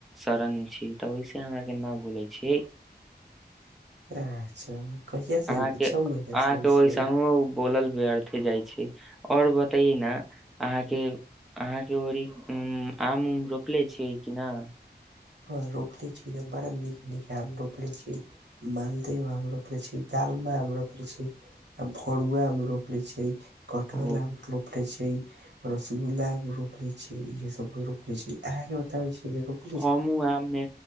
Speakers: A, in the centre; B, on the right.
A: शरण मे छी तऽ ओहिसे हमरा के भूलै छिय
B: अच्छा कहिया से
A: अहाँके
B: छौ
A: अहाँके
B: महीना से होइ
A: ओहि
B: छियै
A: संग बोलल व्यर्थे जाइ छै ओर बताइए न अहाँके अहाँके ओ आम उम रोपले छियै कि ना
B: हँ रोपले छी न बड़ब नीक नीक आम रोपल छी मालदेव आम रोपले छी तालमा आम रोपले छि आ भरुआ रोपले छि कटहल
A: ओ
B: आम रोपले छि रसगुल्ला एगो रोपले छी इहे सब रोपले छी अहा के बताबे छी रोप
A: हमू आम मे